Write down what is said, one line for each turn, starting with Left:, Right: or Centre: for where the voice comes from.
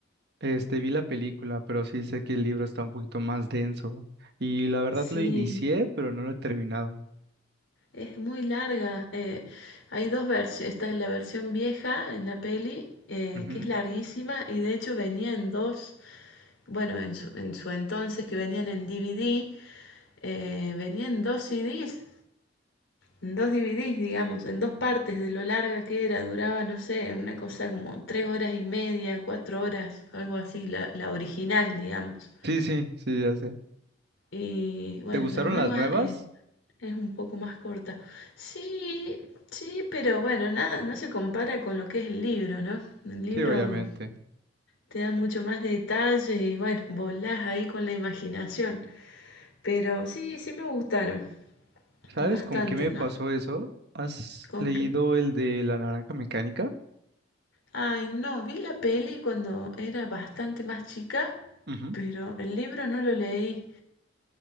Right: Este, vi la película, pero sí sé que el libro está un poquito más denso y la verdad
Left: Sí,
Right: lo inicié, pero no lo he terminado.
Left: es muy larga. eh, hay dos versiones. Está la versión vieja en la peli, eh,
Right: Ujú.
Left: que es larguísima y de hecho venía en dos, bueno, en su, en su entonces que venían en DVD, eh, venía en dos CDs, en dos DVDs, digamos, en dos partes de lo larga que era. Duraba, no sé, una cosa como tres horas y media, cuatro horas, algo así, la, la original, digamos.
Right: Sí, sí, sí, ya sé.
Left: Y bueno,
Right: ¿Te gustaron
Left: la nueva...
Right: las nuevas?
Left: eh, Es un poco más corta. Sí, sí, pero bueno, nada, no se compara con lo que es el libro, ¿no? El libro
Right: Sí, obviamente.
Left: te da mucho más detalles y bueno, volás ahí con la imaginación. Pero sí, sí me gustaron
Right: ¿Sabes
Left: bastante,
Right: con qué me
Left: ¿no?
Right: pasó eso? ¿Has
Left: Con
Right: leído
Left: que...
Right: el de La Naranja Mecánica?
Left: Ay, no, vi la peli cuando era bastante más chica,
Right: Ujú.
Left: pero el libro no lo leí.